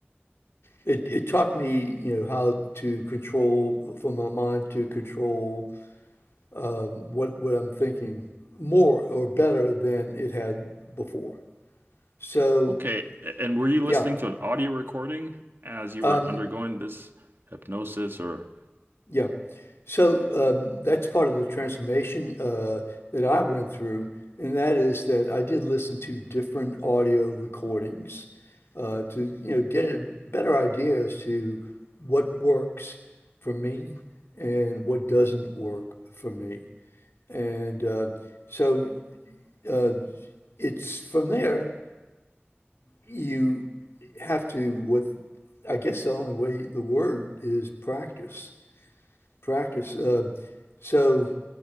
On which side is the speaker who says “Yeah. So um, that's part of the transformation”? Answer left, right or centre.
Left